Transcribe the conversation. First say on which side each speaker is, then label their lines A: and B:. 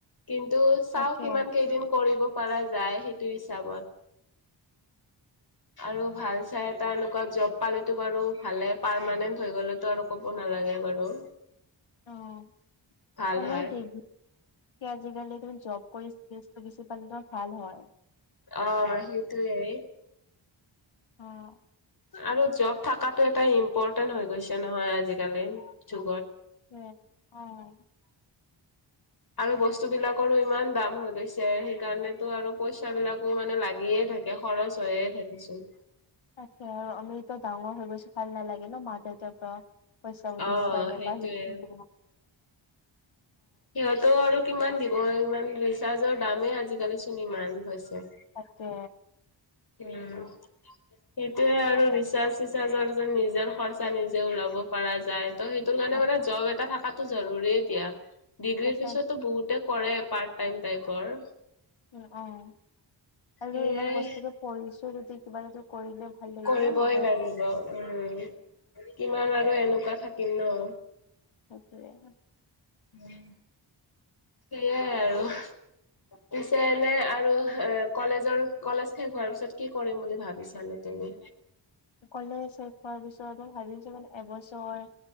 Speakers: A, on the left; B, on the left.
A: কিন্তু চাও
B: তাকে
A: কিমান কেইদিন কৰিব পৰা যায় সেইটো হিচাপত। আৰু ভাল চাই এটা এনেুকুৱা জব পালেতো বাৰু ভালে পাৰমানেণ্ট হৈ গ'লেতো আৰু ক'ব নালাগে বাৰু।
B: অ',
A: ভাল
B: মানে
A: হয়
B: দি আজিকালি দেখোন জব কৰি ইচকিলছটো বেছি পালে ভাল হয়।
A: অ', সেইটোৱে।
B: অ'।
A: আৰু জব থকাটো এটা ইম্পৰ্টেন্ট হৈ গৈছে নহয় আজিকালি যুগত।
B: উম। অ'।
A: আৰু বস্তু বিলাকৰো ইমান দাম হৈ গৈছে সেইকাৰণেতো আৰু পইচা বিলাকো মানে লাগিয়ে থাকে। খৰচ হৈয়ে থাকেচুন।
B: তাকে আৰু আমিতো ডাঙৰ হৈ গৈছো ভাল নালাগে ন মা দেউতাৰ পৰা পইচা সুধিব
A: অ
B: কাৰণে
A: সেইটোয়ে
B: <unintelligible>
A: সিহঁতো আৰু কিমান দিব ইমান ৰিচাৰ্জৰ দামেই আজিকালিচোন ইমান হৈছে।
B: তাকে।
A: উম। সেইটোয়ে আৰু ৰিচাৰ্জ চিচাৰ্জৰ যেন নিজৰ খৰচা নিজে ওলাব পৰা যায়। ত সেইটো কাৰণে
B: অ
A: মানে জব এটা থকাতটো জৰুৰে দিয়া ডিগ্ৰীৰ
B: সঁচাই
A: পিছতো বহুত কৰে পাৰ্ট টাইম টাইপৰ।
B: উম, অ',
A: সেয়াই
B: আৰু ইমান কষ্টকে পঢ়িছো যদি কিবা এটা কৰিলে ভাল লাগিব
A: কৰিবই
B: নিজৰ
A: লাগিব উম, কিমান আৰু এনেকুৱা থাকিম ন।
B: সেইটোৱে।
A: উম। সেইয়াই আৰু। পিছে এনে আৰু এ কলেজৰ কলেজ শেষ হোৱাৰ পিছত কি কৰিম বুলি ভাবিছা এনে। তুমি?
B: কলেজ শেষ হোৱাৰ পিছত ভাবিছো মানে এবছৰ